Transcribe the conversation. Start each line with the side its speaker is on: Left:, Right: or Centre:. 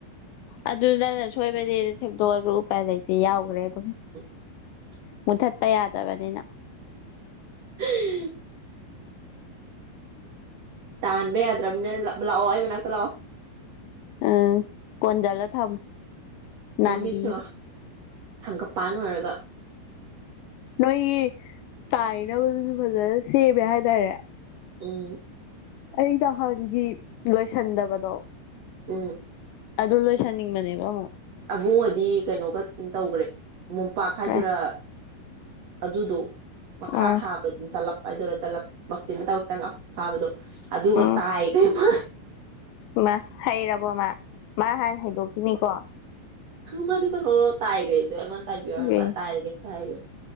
Left: ꯑꯗꯨꯗꯂ ꯁꯣꯏꯕ ꯁꯗꯣ ꯎꯨꯥꯏ ꯂꯩꯇꯦ ꯌꯥꯎꯈ꯭ꯔꯦꯗꯣ
Right: <unintelligible>
Left: ꯃꯨꯊꯠꯄ ꯌꯥꯗꯕꯅꯤꯅ
Right: ꯎꯝ <unintelligible> ꯇꯥꯟꯕ ꯌꯥꯗ꯭ꯔꯕꯅꯤꯅ ꯂꯥꯛꯑꯣ ꯑꯩ ꯃꯅꯥꯛ ꯏꯊꯂꯥ
Left: ꯑꯝ ꯀꯣꯟꯖꯂ ꯊꯕ ꯅꯥꯟꯕꯤꯌ
Right: ꯃꯃꯤꯠꯁꯦ ꯌꯦꯡꯉꯣ ꯍꯪꯒꯄꯥꯟ ꯑꯣꯏꯔꯒ
Left: ꯅꯣꯏꯒꯤ ꯇꯥꯏꯅꯕꯗꯨꯁꯨ ꯐꯖꯅ ꯁꯦꯝꯃꯦ ꯍꯥꯏꯇꯥꯔꯦ
Right: ꯎꯝ
Left: ꯑꯩ ꯅꯍꯥꯟꯒꯤ ꯂꯣꯏꯁꯟꯗꯕꯗꯣ
Right: ꯎꯝ
Left: ꯑꯗꯨ ꯂꯣꯏꯁꯟꯅꯤꯡꯕꯅꯦꯕ
Right: ꯑꯕꯨꯡꯉꯗꯤ ꯀꯩꯅꯣꯒ ꯇꯧꯈ꯭ꯔꯦ ꯃꯣꯝꯄꯥꯛ ꯍꯥꯏꯗꯨꯔ
Left: ꯀꯩ
Right: ꯑꯗꯨꯗꯣ ꯃꯈ
Left: ꯎꯝ
Right: ꯈꯥ ꯊ ꯍꯥꯕ ꯑꯗꯨꯅ ꯇꯂ ꯑꯗꯨꯗꯔꯣ ꯗꯂꯞꯃꯛꯇꯤ ꯅ ꯇꯕꯛꯇꯪ ꯐꯥꯕꯗꯣ ꯑꯗꯨꯒ
Left: ꯎꯝ
Right: ꯇꯥꯏꯒꯃ
Left: ꯃꯥ ꯍꯩꯔꯕꯣ ꯃꯥ ꯃꯥ ꯍꯥꯟ ꯍꯩꯗꯣꯛꯈꯤꯅꯤꯀꯣ
Right: ꯁꯅꯤ ꯇꯥꯏꯒ ꯑꯗꯨ ꯥꯏꯕꯤꯌꯔ ꯃ
Left: ꯑꯦ
Right: ꯇꯥꯏ ꯍꯥꯏꯔꯒꯦ ꯍꯥꯏꯌ